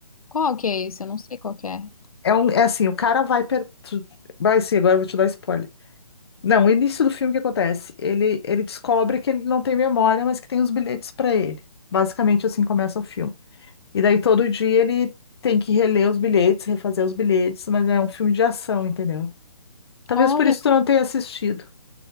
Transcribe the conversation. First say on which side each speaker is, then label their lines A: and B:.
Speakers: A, on the left (about 75°); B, on the left (about 45°).
A: Qual que é esse? Eu não sei qual que é.
B: É um, é assim, o cara vai per... tu- vai sim, agora eu vou te dar spoiler. Não, o início do filme o que acontece? Ele ele descobre que ele não tem memória, mas que tem os bilhetes para ele. Basicamente assim começa o filme. E daí todo dia ele tem que reler os bilhetes, refazer os bilhetes, mas é um filme de ação, entendeu? Talvez
A: Olha,
B: por isso tu não tenha assistido.